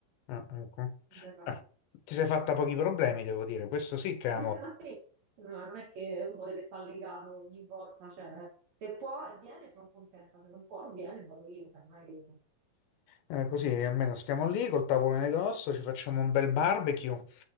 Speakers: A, on the left; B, on the right.
A: Ah, ecco.
B: non verrà.
A: Ah, ti sei fatta pochi problemi, devo dire. Questo sì che è amore.
B: <laughs> Ma sì, no, non è che uno deve stare legato ogni volta, cioè, se può viene, sono contenta, se non può non viene, vado io, cioè, non è che...
A: Eh, così almeno stiamo lì col tavolone grosso, ci facciamo un bel barbecue.